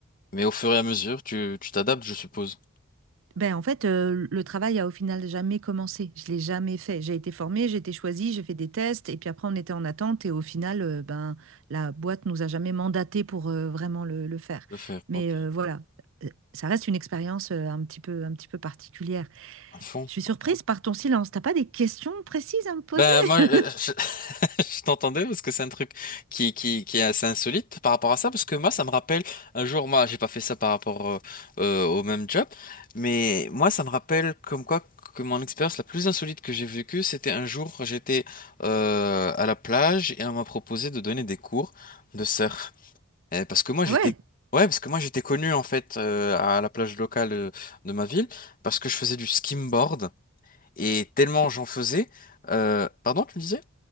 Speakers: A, on the left; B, on the right.
A: Mais au fur et à mesure, tu tu t'adaptes, je suppose.
B: Ben, en fait, euh, le travail a au final jamais commencé. Je l'ai jamais fait. J'ai été formée, j'ai été choisie, j'ai fait des tests, et puis après, on était en attente, et au final, euh, ben, la boîte nous a jamais mandaté pour euh, vraiment le, le faire.
A: De faire,
B: Mais
A: ok.
B: euh, voilà, Euh, ça reste une expérience euh, un petit peu, un petit peu particulière.
A: À fond,
B: Je suis surprise
A: à fond.
B: par ton silence. T'as pas des questions précises à me poser?
A: Ben moi, euh,
B: <laughs>
A: je, <laughs> je t'entendais parce que c'est un truc qui, qui, qui est assez insolite par rapport à ça, parce que moi, ça me rappelle un jour, moi, j'ai pas fait ça par rapport euh, euh, au même job, mais moi, ça me rappelle comme quoi que mon expérience la plus insolite que j'ai vécue, c'était un jour, j'étais euh, à la plage et on m'a proposé de donner des cours de surf, Euh, parce que moi, j'étais
B: Ah ouais,
A: Ouais, parce que moi j'étais connu en fait euh, à la plage locale euh, de ma ville parce que je faisais du skimboard. Et tellement
B: c'est-
A: j'en faisais. euh, pardon, tu me disais?